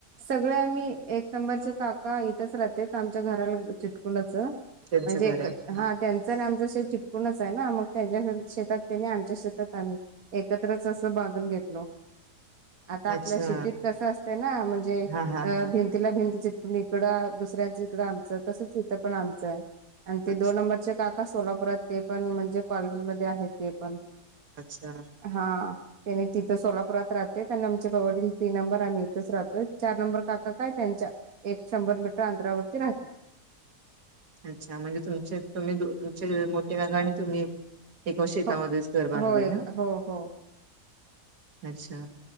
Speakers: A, on the right; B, on the right.
A: सगळे आम्ही एक नंबरचे काका इथच राहते आमच्या घराला चिटकुंडाच म्हणजे
B: त्यांचं घर
A: एकत
B: आहे
A: हा त्यां आमच शेत चिटकूनच आहे ना मग त्यांच्या शेतात ते नाही आमच्या शेतात आम्ही एकत्रच असं बांधून घेतल होत आता आपल्या
B: अच्छा
A: शिफ्टीत कस असत ना म्हणजे
B: हा हा हा
A: भिंतीला भिंती चिटून इकडं दुसऱ्यांच इकडं आमचं तसंच इथं पण आमचं आहे आणि ते
B: अच्छा.
A: दोन नंबरचे काका सोलापुरात ते पण म्हणजे कॉलेजमध्ये आहेत ते पण
B: अच्छा!
A: हा त्यांनी तिथं सोलापुरात राहते त्यां आमच्या कवटील तीन नंबर आम्ही इथच राहतो चार नंबर काका काय त्यांच्या एक शंभर मीटर अंतरावरती राहतात.
B: अच्छा म्हणजे तुमचे तुम्ही मोठे काका आणि तुम्ही एका शेतामध्येच
A: हो
B: घर बांधलंय
A: हो एक
B: ना
A: हो हो
B: अच्छा